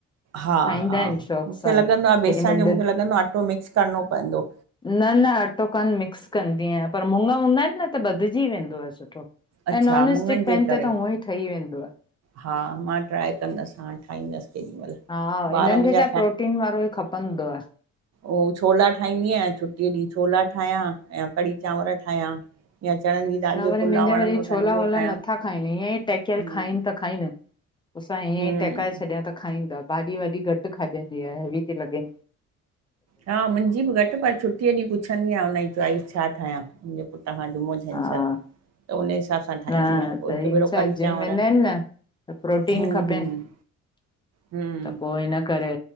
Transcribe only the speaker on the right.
हा
हा
मुखे
लॻंदो आ बेसण
जो मुखे
लॻंदो आ अट्टो मिक्स करिणो पएंदो।
अच्छा
मुङनि
जे
करे
हा मां ट्राए कंदस हाणे ठाहींदसि। केॾीमहिल
ॿार मुंहिंजा
ओ छोला ठाहींदी आहियां छुटीअ ॾींहं छोला ठाहियां ऐं कढ़ी चांवर ठाहियां। या चणनि जी दाल
जो
पुलाव
वणंदो
अथनि
उहो
ठाहियां
हम्म
हम्म
हा मुंजी बि घटि पर छुटीअ ॾींहुं पुछंदी आयां हुनजी चॉइस छा ठाहियां? तव्हां जुमो छंछरु
त उन हिसाब सां। ठाहींदी
आहियां पोइ
हिकु
भेरो
कढ़ी
चांवर
हम्म
हम्म हम्म